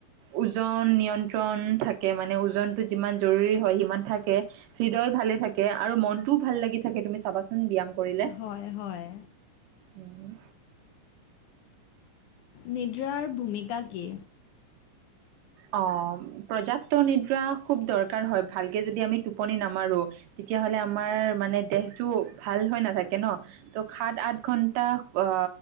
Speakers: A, on the right; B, on the left.
A: ওজন নিয়ন্ত্ৰণ থাকে মানে ওজনটো যিমান জৰুৰী হয় সিমান থাকে হৃদয় ভাল, থাকে আৰু মনটো ভাল লাগি থাকে, তুমি চাবাচোন ব্যায়াম কৰিলে
B: হয় হয়।
A: উম।
B: নিদ্ৰাৰ ভূমিকা কি?
A: অ পৰ্যাপ্ত নিদ্ৰা খুব দৰকাৰ হয়, ভালকে যদি আমি টোপনি নামাৰো। তেতিয়াহলে আমাৰ মানে দেহটো ভাল হৈ নাথাকে ন, ত সাত আঠ ঘন্টা অ,